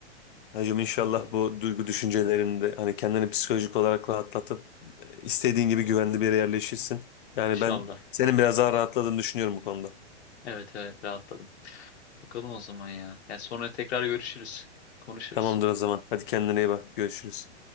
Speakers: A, on the left (about 45°); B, on the left (about 65°).
A: Hacım inşallah
B: Bakalım.
A: bu duygu düşüncelerini de hani kendini psikolojik olarak rahatlatıp e, istediğin gibi güvenli bir yere yerleşirsin. Yani
B: İnşallah.
A: ben senin biraz daha rahatladığını düşünüyorum bu konuda.
B: Evet evet rahatladım. Bakalım o zaman ya. Yani sonra tekrar görüşürüz. Konuşuruz.
A: Tamamdır o zaman. Hadi kendine iyi bak. Görüşürüz.